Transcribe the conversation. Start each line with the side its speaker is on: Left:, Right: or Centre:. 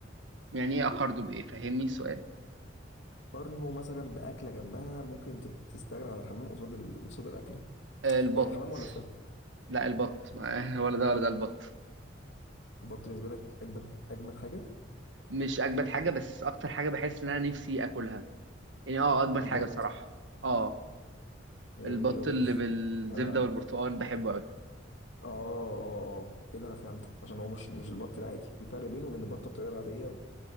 Right: يعني إيه أخرده بإيه فهمني السؤال
Left: قارنه مثلا بأكلة جنبها ممكن تت- تستغنى عن الحمام قصاد ال... قصاد الأكلة
Right: آه البط
Left: يعني حمام ولا فراخ
Right: لا البط <laughs> ولا ده ولا ده البط
Left: البط بالنسبة لك أجمد أجمد حاجة
Right: مش أجمد حاجة بس أكتر حاجة بحس إن أنا نفسي آكلها يعني آه أجمد
Left: البط
Right: حاجة بصراحة آه
Left: غريب
Right: البط
Left: أوي
Right: اللي
Left: <laughs>
Right: بالزبدة
Left: أنا
Right: والبرتقال بحبه أوي
Left: آه آه آه كده أنا فهمتك عشان هو مش مش البط العادي في فرق بينه وبين البطة الطريقة العادية